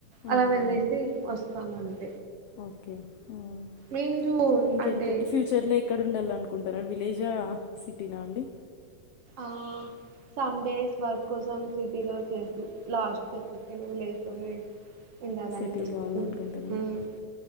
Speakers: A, on the right; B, on the left.
A: అలా
B: ఆ,
A: వెళ్లేసి వస్తామండి
B: ఓకే మ్మ్
A: మీరు
B: ఇంకేంటి
A: అంటే
B: అండి ఫ్యూచర్ లో ఎక్కడ ఉండల్ అనుకుంటన్నారు విలేజా సిటీనా అండి
A: ఆ సమ్ డేస్ వర్క్ కోసం సిటీ లో చేసి లాస్ట్ <unintelligible> ఉండాలనిపిస్తుంది
B: సెటిల్ కావాలనుకుంటున్నాను.
A: ఉమ్,